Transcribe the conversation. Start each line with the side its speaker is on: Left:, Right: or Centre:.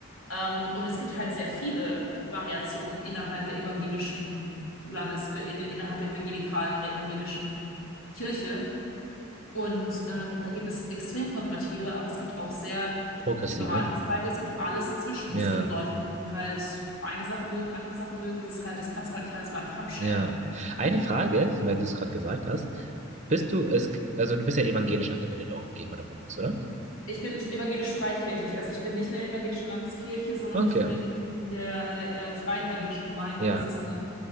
Left: Ähm, und es gibt halt sehr viele Variationen innerhalb der evangelischen Landes, äh, in, innerhalb der evangelikalen oder evangelischen Kirche. Und ähm, da gibt es extrem konservative, aber es gibt auch sehr
Right: progressive,
Left: liberale Zweige. Es gibt alles dazwischen.
Right: ja.
Left: Es gibt Leute, die halt eine Sache mögen, andere Sache mögen. Das ist halt, das kannst du halt nicht alles über einen Kamm scheren.
Right: Ja. Eine Frage, weil du es gerade gesagt hast. Bist du es, also du bist ja evangelisch angemeldet auch, gehe ich mal davon aus, oder?
Left: Ich bin evangelisch-freikirchlich, also ich bin nicht in der evangelischen Landeskirche, sondern
Right: Okay.
Left: ich bin in der äh, Freien Evangelischen Gemeinde.
Right: Ja.
Left: Das ist eine,